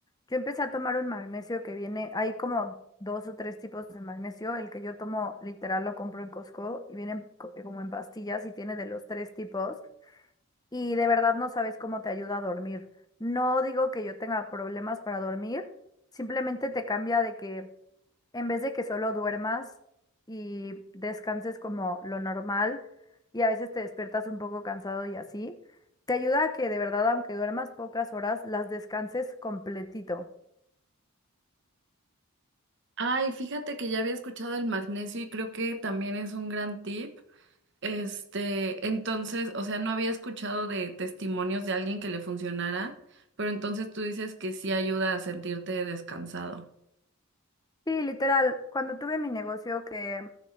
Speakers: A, on the left (about 15°); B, on the right (about 50°).
A: Yo empecé a tomar un magnesio que viene, hay como dos o tres tipos de magnesio. El que yo tomo literal lo compro en Costco y viene en co- eh, como en pastillas y tiene de los tres tipos. Y de verdad no sabes cómo te ayuda a dormir. No digo que yo tenga problemas para dormir, simplemente te cambia de que en vez de que solo duermas y descanses como lo normal y a veces te despiertas un poco cansado y así, te ayuda a que de verdad, aunque duermas pocas horas, las descanses completito.
B: Ay, fíjate que ya había escuchado el magnesio y creo que también es un gran tip. Este, entonces, o sea, no había escuchado de testimonios de alguien que le funcionara, pero entonces tú dices que sí ayuda a sentirte descansado.
A: Sí, literal, cuando tuve mi negocio que